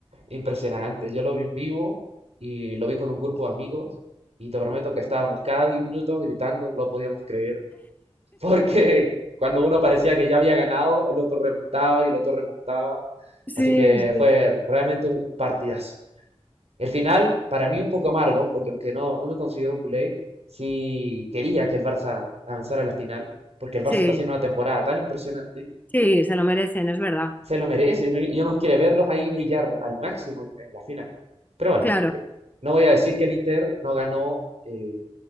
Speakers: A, on the right; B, on the left.
A: impresionante. Yo lo vi en vivo y lo vi con un grupo de amigos y te prometo que estábamos cada 10 minutos gritando, no lo podíamos creer, <laughs> porque cuando uno parecía que ya había ganado, el otro remontaba y el otro remontaba.
B: Sí,
A: Así que
B: sí.
A: fue realmente un, un partidazo. El final, para mí, un poco amargo, porque aunque no, no me considero culé, sí quería que el Barça avanzara a la final, porque el Barça
B: Sí,
A: está haciendo una temporada tan impresionante
B: sí, se lo merecen, es verdad.
A: se lo merece y, no- y uno quiere verlos ahí brillar al máximo en, en la final. Pero bueno,
B: Claro,
A: eh, no voy a decir que el Inter no ganó eh,